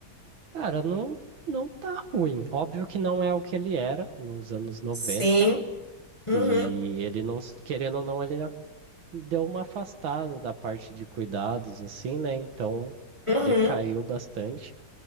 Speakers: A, on the right (about 75°); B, on the left (about 20°).
A: Cara, não, não tá ruim. Óbvio que não é o que ele era nos anos 90.
B: Sim. Uhum,
A: E ele não, s- querendo ou não, ele a- deu uma afastada da parte de cuidados, assim, né? Então
B: uhum,
A: decaiu bastante,